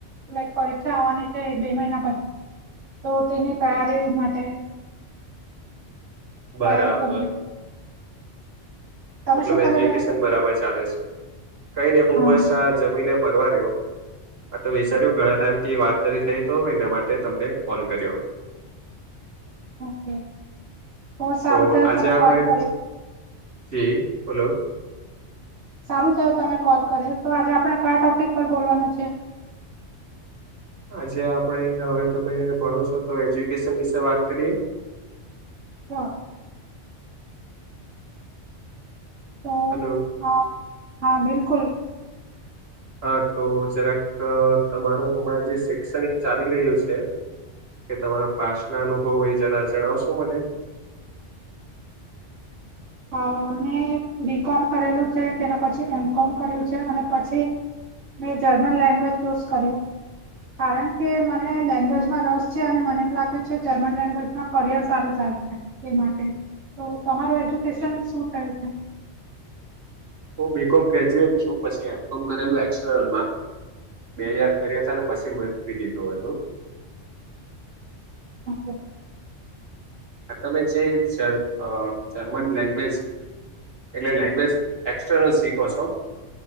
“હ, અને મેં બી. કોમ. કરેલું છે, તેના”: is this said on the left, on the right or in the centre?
Right